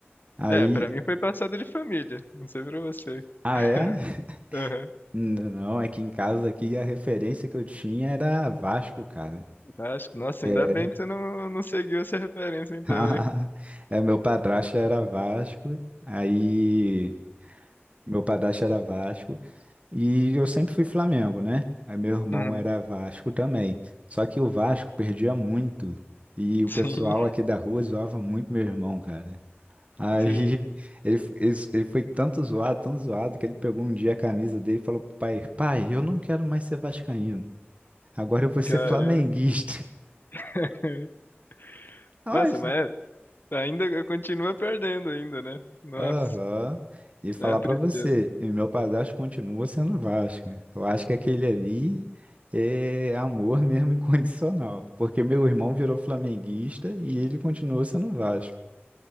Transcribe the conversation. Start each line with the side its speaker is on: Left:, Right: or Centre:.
Right: Aí,
Left: É, pra mim foi passado de família. Não sei pra você.
Right: ah
Left: <laughs>
Right: é? <laughs>
Left: Aham.
Right: Não, não, é que em casa aqui a referência que eu tinha era Vasco, cara.
Left: Acho que, nossa,
Right: É.
Left: ainda bem que você não, não seguiu essa referência então,
Right: <laughs>
Left: hein?
Right: É, meu padrasto era Vasco, aí meu padrasto era Vasco. E eu sempre fui Flamengo, né? Aí meu irmão
Left: Uhum.
Right: era Vasco também. Só que o Vasco perdia muito. E o
Left: Sim,
Right: pessoal aqui da rua zoava muito meu irmão, cara. Aí
Left: sim.
Right: <laughs> ele, f- ele, ele foi tanto zoado, tão zoado, que ele pegou um dia a camisa dele e falou pro pai: Pai, eu não quero mais ser vascaíno. Agora eu vou ser
Left: Caramba.
Right: flamenguista.
Left: <laughs>
Right: <laughs>
Left: Nossa,
Right: Ai,
Left: mas é, Ainda continua perdendo ainda, né? Nossa,
Right: Aham. E falar
Left: é uma tristeza.
Right: pra você, e meu padrasto continua sendo Vasco. Eu acho que aquele ali é amor mesmo <laughs> incondicional, porque meu irmão virou flamenguista e ele continuou sendo Vasco.